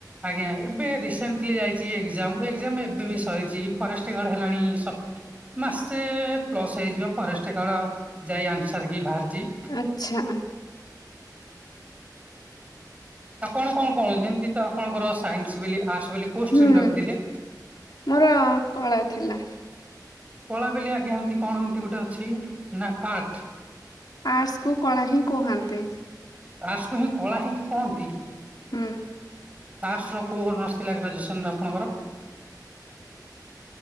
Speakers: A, on the right (about 20°); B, on the left (about 70°).
A: ଆଜ୍ଞା ଏବେ ରିସେଣ୍ଟଲି ଯାଇଛି ଏକ୍ଜାମ ଏଜାମ ଏବେ ବି ସରିଛି ଫରେଷ୍ଟ ଗାର୍ଡ ହେଲାଣି ସ ମାସେ ପ୍ଲସ ହେଇଯିବ ଫରେଷ୍ଟ୍ ଗାର୍ଡ ଯାଇ ଆନ୍ସର କି ବାହାରିଛି।
B: ଆଚ୍ଛା
A: ଆପଣ କଣ କଣ ଯେମିତି ତ ଆପଣଙ୍କର ସାଇନ୍ସ ବୋଲି ଆର୍ଟସ ବୋଲି କୋଉ
B: ହୁଁ
A: ଷ୍ଟିମ ରଖିଥିଲେ?
B: ମୋର କଳା ଥିଲା।
A: କଳା ବଲି ଆଜ୍ଞା ଏମତି କଣ ଏମତି ଗୋଟେ ଅଛି ନା ଆଠ।
B: ଆର୍ଟସ୍ କୁ କଳା ହିଁ କୁହନ୍ତି?
A: ଆାର୍ସକୁ ହି କଳା ହେି କୁହନ୍ତି। ଆର୍ଟ୍ସ
B: ହୁଁ।
A: ର କୋଉ ଅନର୍ସ ଥିଲା ଗାଜୁଏସନ୍ ରେ ଆପଣଙ୍କର?